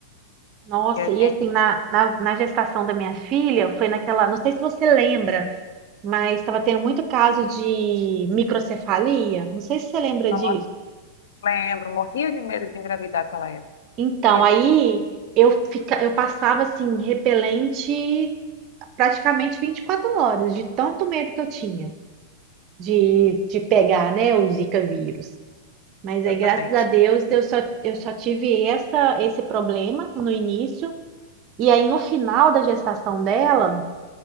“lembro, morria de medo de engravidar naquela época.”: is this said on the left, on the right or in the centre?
Left